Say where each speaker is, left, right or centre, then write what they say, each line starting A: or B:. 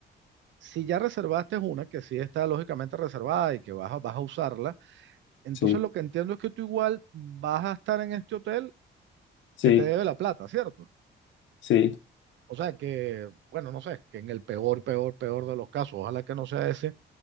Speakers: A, on the right; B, on the left.
A: si ya reservaste una que sí está lógicamente reservada y que vas a, vas a usarla, entonces
B: Sí,
A: lo que entiendo es que tú igual vas a estar en este hotel
B: sí,
A: que te debe la plata, ¿cierto?
B: sí.
A: O sea que, bueno, no sé, que en el peor, peor, peor de los casos, ojalá que no sea ese,